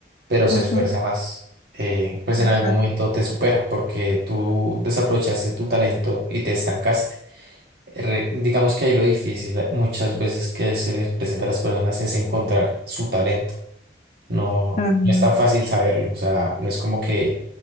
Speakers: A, on the right; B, on the left.
A: pero se
B: ujú,
A: esfuerza más. Eh, pues en
B: exacto.
A: algún momento te supera porque tú desaprovechaste tu talento y te estancaste. re- digamos que ahí lo difícil eh, muchas veces que se les presenta a las personas es encontrar su talento. No,
B: Mm,
A: no es tan fácil saberlo. O sea, no es como que